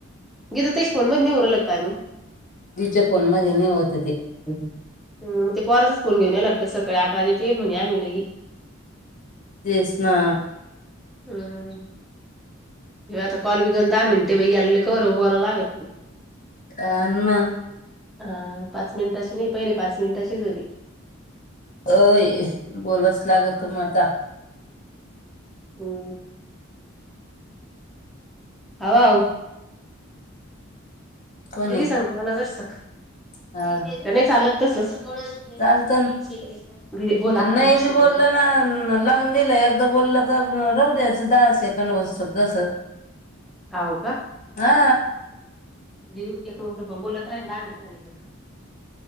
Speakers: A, in the centre; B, on the left.
A: गीता ताईच्या फोन मधी नय होऊ रायल काय मंग
B: तिच्या फोन मध्ये नय होत ते
A: हम्म ते पोराचा च फोन घेऊन याल लागतं सकाळी आठ वाज्याची <unintelligible> म्हणे आम्ही लई
B: तेस ना
A: हम्म हे आता कॉल भी गन दहा मिंट बई याल कवर बोला लागत.
B: आन म
A: हा पाच मिनिटाची नही पहिले पाच मिनिटाचीच होती.
B: ओय बोलच लागतं म आता.
A: हो. हव हवं
B: कोणी
A: दिदी सांग मला जर सक
B: हा
A: त्यां नय चालत तस <inaudible>
B: चालत
A: बोला अक्कल
B: नाही
A: दर्शन
B: बी बोललं ना लावून दिलं एकदा बोलल का राहु ते अस दहा सेकंड होसतवर कस
A: हाव
B: हा
A: दीदी एक मिनिट पण बोलत रहाय अन दहा मिंट झाली कट कर.